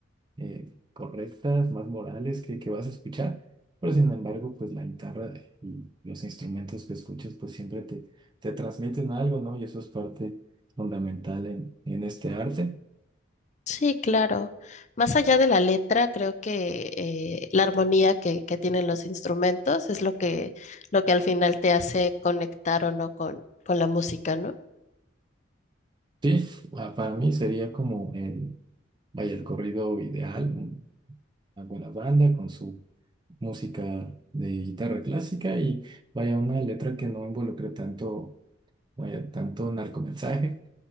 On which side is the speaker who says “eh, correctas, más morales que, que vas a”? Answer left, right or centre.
Right